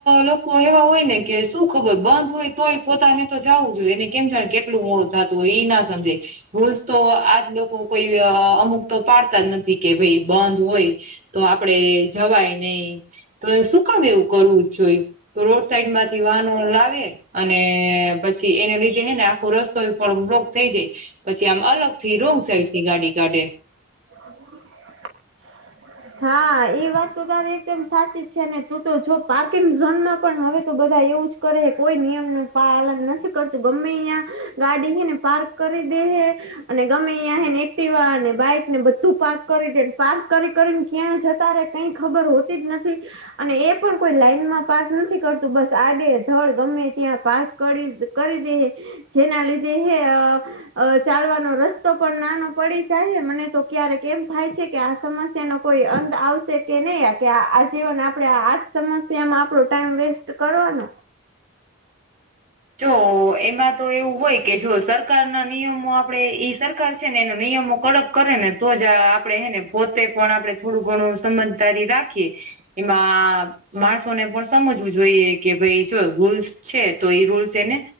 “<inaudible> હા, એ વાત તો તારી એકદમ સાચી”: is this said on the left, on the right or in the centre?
Right